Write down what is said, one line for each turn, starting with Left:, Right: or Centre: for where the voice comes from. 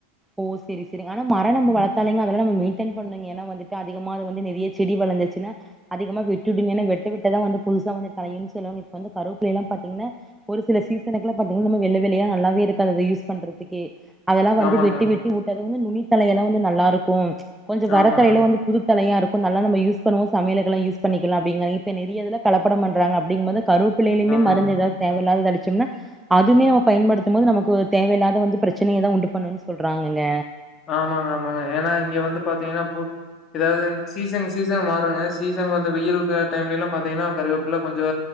Centre: ஓ சேரி சேரி ஆனா மரொ நம்ம
Left: ம்
Centre: வளத்தாலேங்க அதல்லா நம்ம மெயின்டேன் பண்ணுங்க ஏன்னா வந்துட்டு ட்டு அதிகமா அது வந்து நெறைய செடி வளந்துருச்சுன்னா அதிகமா விட்டுடுமேன்னா வெட்ட வெட்டாதா வந்து புதுசா வந்து தழையும்னு சொல்லுவாங்க இப்ப வந்து கருப்வப்பிள்ளைய எல்லாம் பாத்தீங்கன்னா ஒரு சில சீசனுக்குல்லா பாத்தீங்கன்னா நம்ம வெள்ள வெள்ளயா நல்லாவே இருக்காது அதை யூஸ் பண்றதுக்கே அதெல்லா வந்து
Left: ஆமாங்க
Centre: வெட்டி வெட்டி உட்டது வந்து நுனித்தலைய எல்லா வந்து நல்லா இருக்கூ கொஞ்சொ வரத்தலையில
Left: ஆமாங்க
Centre: வந்து புது தளையா இருக்கும் நல்லா நம்ம யூஸ் பண்ணவு சமயலுகுலாம் யூஸ் பண்ணிக்கலா அப்டிங்கிறாங்க இப்ப நெறையதுல கலப்படம் பண்றாங்க அப்டிங்கும்போது கருவப்பிள்ளையிலேயுமே
Left: ஆமாங்க
Centre: மருந்தேதாவ்து தேவையில்லாதத அடிச்சம்னா அதுமே நம்ம பயன்படுத்தும் போது நமக்கு தேவையில்லாத வந்து பிரச்சனையதா உண்டு பண்ணு சொல்றாங்கங்க
Left: ஆமாங்க ஆமாங்க ஏன்னா இங்க வந்து பாத்தீங்கன்னா பூ எதாவ்து சீசன் சீசன் மாறுங்க சீசனுக்கு வந்து வெயிலுக்கு டைம்ல எல்லாம் பாத்தீங்கன்னா கருவேப்பில கொஞ்சோ